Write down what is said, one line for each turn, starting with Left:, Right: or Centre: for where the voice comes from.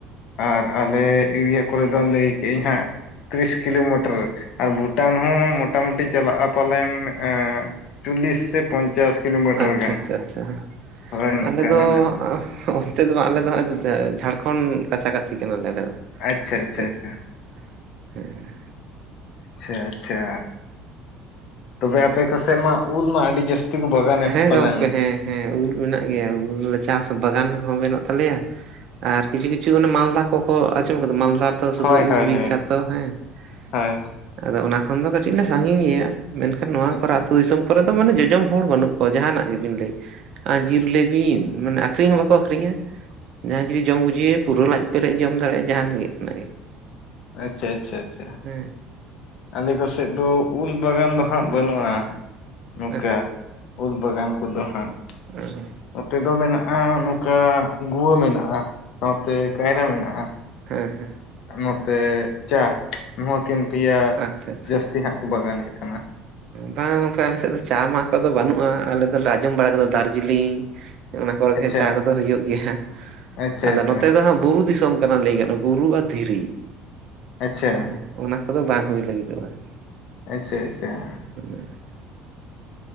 Left: ᱟᱨ ᱟᱞᱮ ᱮᱨᱤᱭᱟ ᱠᱚᱨᱮ ᱫᱚ ᱞᱟᱹᱭ ᱠᱮᱭᱟᱹᱧ ᱦᱟᱸᱜ ᱾ ᱛᱤᱨᱤᱥ ᱠᱤᱞᱳᱢᱤᱴᱟᱨ, ᱟᱨ ᱵᱷᱩᱴᱟᱱ ᱦᱚᱸ ᱢᱳᱴᱟᱢᱩᱴᱤ ᱪᱟᱞᱟᱜᱼᱟ ᱯᱟᱞᱮᱱ ᱮᱸᱻ ᱪᱚᱞᱞᱤᱥ ᱥᱮ ᱯᱚᱧᱪᱟᱥ ᱠᱤᱞᱳᱢᱤᱴᱟᱨ
Right: ᱟᱪᱪᱷᱟ
Left: ᱜᱟᱱ,
Right: ᱟᱪᱪᱷᱟ ᱟᱪᱪᱷᱟ
Left: ᱦᱳᱭ ᱱᱚᱝᱠᱟ
Right: ᱟᱞᱮ ᱫᱚ
Left: ᱢᱮᱱᱟᱜᱼᱟ ᱾
Right: ᱚᱱᱛᱮ ᱫᱚ ᱵᱟᱝ ᱟᱞᱮ ᱫᱚ ᱦᱟᱸᱜ ᱡᱷᱟᱲᱠᱷᱚᱸᱰ ᱠᱟᱪᱷᱟ ᱠᱟᱪᱷᱤ ᱠᱟᱱᱟᱞᱮ ᱟᱞᱮ ᱫᱚ ᱦᱮᱸ
Left: ᱟᱪᱪᱷᱟ ᱟᱪᱪᱷᱟ ᱟᱪᱪᱷᱟ
Right: ᱾ ᱦᱮᱸ <unintelligible>
Left: ᱟᱪᱪᱷᱟ ᱟᱪᱪᱷᱟ, ᱛᱚᱵᱮ ᱟᱯᱮ ᱠᱚ ᱥᱮᱫ ᱢᱟ ᱩᱞ ᱢᱟ ᱟᱹᱰᱤ ᱡᱟᱹᱥᱛ ᱠᱚ ᱵᱚᱜᱟᱱᱮᱫ
Right: ᱦᱮᱸ
Left: ᱯᱟᱞᱮᱱ?
Right: ᱜᱚᱢᱠᱮ ᱦᱮᱸ ᱦᱮᱸ ᱩᱞ ᱢᱮᱱᱟᱜ ᱜᱮᱭᱟ, ᱩᱞ ᱪᱟᱥ ᱵᱟᱜᱟᱱ ᱠᱚᱦᱚᱸ ᱢᱮᱱᱟᱜ ᱛᱟᱞᱮᱭᱟ ᱾ ᱟᱨ ᱠᱤᱪᱷᱩ ᱠᱤᱪᱷᱩ ᱚᱱᱮ ᱢᱟᱞᱫᱟ ᱠᱚᱠᱚ ᱟᱸᱡᱚᱢ ᱠᱟᱫᱟ ᱢᱟᱞᱫᱟ ᱛᱚ ᱥᱩᱫᱩ
Left: ᱦᱳᱭ
Right: ᱩᱞ
Left: ᱦᱳᱭ
Right: ᱵᱤᱠᱠᱷᱟᱛᱚ
Left: ᱦᱳᱭ
Right: ᱦᱮᱸ
Left: ᱦᱳᱭ
Right: ᱼᱼ ᱟᱫᱚ ᱚᱱᱟ ᱠᱷᱚᱱ ᱫᱚ ᱠᱟᱹᱴᱤᱡ ᱞᱮ ᱥᱟᱺᱜᱤᱧ ᱜᱮᱭᱟ, ᱢᱮᱱᱠᱷᱟᱱ ᱱᱚᱣᱟ
Left: ᱟᱪᱪᱷᱟ
Right: ᱠᱚᱨᱮ ᱟᱹᱛᱩ ᱫᱤᱥᱚᱢ ᱠᱚᱨᱮ ᱫᱚ ᱢᱟᱱᱮ ᱡᱚᱡᱚᱢ ᱦᱚᱲ ᱵᱟᱹᱱᱩᱜ ᱠᱚᱣᱟ ᱡᱟᱦᱟᱱᱟᱜ ᱜᱮᱵᱤᱱ ᱞᱟᱹᱭ ᱟᱸᱡᱤᱨ ᱞᱟᱹᱭ ᱵᱤᱱ ᱢᱟᱱᱮ ᱟᱹᱠᱷᱨᱤᱧ ᱦᱚᱸ ᱵᱟᱠᱚ ᱟᱹᱠᱷᱨᱤᱧᱟ ᱾ ᱡᱟᱦᱟᱸᱭ ᱡᱩᱫᱤ ᱡᱚᱢ ᱵᱩᱡᱷᱟᱹᱣ ᱮᱭᱟ ᱯᱩᱨᱟᱹ ᱞᱟᱡ ᱯᱮᱨᱮᱡ ᱡᱚᱢ ᱫᱟᱲᱮᱭᱟᱜᱼᱟ, ᱡᱟᱦᱟᱸᱱᱟᱜ ᱜᱮ ᱠᱟᱱ ᱜᱮ ᱾
Left: ᱟᱪᱪᱷᱟ ᱟᱪᱪᱷᱟ ᱟᱪᱪᱷᱟ ᱾
Right: ᱦᱩᱸ ᱾
Left: ᱟᱞᱮ ᱠᱚᱥᱮᱫ ᱫᱚ ᱩᱞ ᱵᱟᱜᱟᱱ ᱫᱚ ᱦᱟᱸᱜ ᱵᱟᱹᱱᱩᱜᱼᱟ, ᱱᱚᱝᱠᱟ
Right: ᱟᱪᱪᱷᱟ
Left: ᱩᱞ ᱵᱟᱜᱟᱱ ᱠᱚᱫᱚ ᱦᱟᱸᱜᱼᱼ
Right: <unintelligible>
Left: ᱱᱚᱛᱮ ᱫᱚ ᱢᱮᱱᱟᱜᱼᱟ ᱱᱚᱝᱠᱟ ᱜᱩᱣᱟᱹ ᱢᱮᱱᱟᱜᱼᱟ, ᱥᱟᱶᱛᱮ ᱠᱟᱭᱨᱟ ᱢᱮᱱᱟᱜᱼᱟ ᱾
Right: ᱦᱮᱸ ᱦᱮᱸ ᱾
Left: ᱱᱚᱛᱮ ᱪᱟ, ᱱᱚᱣᱟ ᱠᱤᱱ ᱯᱮᱭᱟ
Right: ᱟᱪᱪᱷᱟ ᱟᱪᱪᱷᱟ
Left: ᱡᱟᱹᱥᱛᱤ ᱦᱟᱸᱜ ᱠᱚ ᱵᱟᱜᱟᱱᱮᱫ ᱠᱟᱱᱟ ᱾
Right: ᱵᱟᱝ ᱜᱚᱝᱠᱮ ᱟᱞᱮ ᱥᱮᱫ ᱫᱚ ᱪᱟ ᱢᱟ ᱠᱚᱫᱚ ᱵᱟᱹᱱᱩᱜᱼᱟ, ᱟᱞᱮ ᱫᱚᱞᱮ ᱟᱸᱡᱚᱢ ᱵᱟᱲᱟ ᱠᱟᱫᱟ ᱫᱟᱨᱡᱤᱞᱤᱝ ᱚᱱᱟ ᱠᱚᱨᱮ
Left: ᱟᱪᱪᱷᱟ
Right: ᱜᱮ ᱪᱟ ᱠᱚᱫᱚ ᱦᱩᱭᱩᱜ ᱜᱮᱭᱟ,
Left: ᱟᱪᱪᱷᱟ
Right: ᱟᱫᱚ
Left: ᱟᱪᱪᱷᱟ
Right: ᱱᱚᱛᱮ ᱫᱚ ᱦᱟᱸᱜ ᱵᱩᱨᱩ ᱫᱤᱥᱚᱢ ᱡᱮᱢᱚᱱ ᱞᱟᱹᱭ ᱜᱟᱱᱚᱜᱼᱟ ᱵᱩᱨᱩ ᱟᱨ ᱫᱷᱤᱨᱤ,
Left: ᱟᱪᱪᱷᱟ
Right: ᱦᱮᱸ ᱚᱱᱟ ᱠᱚᱫᱚ ᱵᱟᱝ ᱦᱩᱭ ᱞᱟᱹᱜᱤᱫᱚᱜᱼᱟ ᱾
Left: ᱟᱪᱪᱷᱟ ᱟᱪᱪᱷᱟ ᱾
Right: <unintelligible>